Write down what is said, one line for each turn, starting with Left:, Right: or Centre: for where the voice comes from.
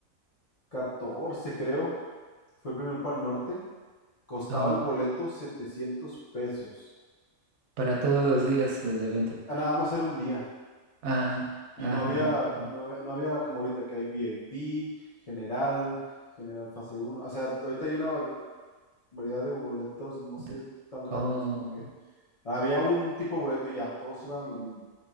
Left: catorce creo, fue el primer Pal Norte, costaba
Right: Oh,
Left: el boleto 700 pesos.
Right: para todos los días del evento.
Left: Ah, Nada más era un día.
Right: Ah,
Left: Y
Right: ajá,
Left: no había,
Right: ajá, ok.
Left: no había, no había como ahorita que hay VIP, general, general fase uno. O sea, ahorita hay una vari- variedad de boletos, no
Right: De-
Left: sé, tan grande,
Right: oh,
Left: no sé por qué. Había un tipo de boleto y ya, todos iban a lo mismo.